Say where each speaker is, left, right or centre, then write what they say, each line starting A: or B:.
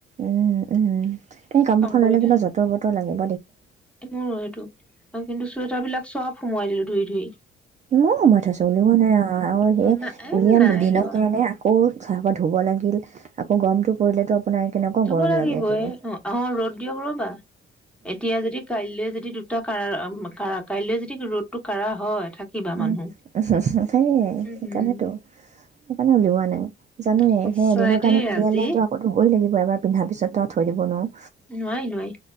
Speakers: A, on the right (about 35°); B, in the centre.
A: উম, উম কিন্তু কাপোৰ
B: কৰিলে
A: ললে কিবা জতৰ পতৰ লাগে।
B: মোৰো সেইটো কিন্তু শ্বেতাৰ বিলাক সব সোমাই দিলোঁ। ধুই ধুই
A: মৌ সোমাই থৈছোঁ ওলোৱা নাই আৰু হেই
B: না এ
A: উলিয়াম
B: নাই
A: দুদিনৰ
B: এলিওৱা
A: কাৰণে আকৌ <unintelligible> ধুব লাগিল। আকৌ গৰম পৰিলেটো আপোনাৰ কেনেকুৱা
B: ধুব
A: গৰম
B: লাগিবই
A: লাগে <unintelligible>
B: অ অ ৰ'দ দিয়ক ৰবা এতিয়া যদি কাইলে যদি দুটা কাৰা <unintelligible> কাৰা কাইলে যদি ৰ'দটো কাৰা হয়। থাকিবা
A: উম,
B: মানুহ
A: হু হু, সেয়াই
B: উম
A: সেইকৰণেটো সেইকাৰণে উলিওৱা নাই জানোয়ে
B: সঁচাই
A: সেই এদিনৰ
B: দেই
A: কাৰণে উলিয়ালেটো,
B: আজি
A: ধুবই লাগিব এবাৰ পিন্ধাৰ পিছত, তেওঁ থৈ দিব নোৱাৰোঁ।
B: নোৱাৰি নোৱাৰি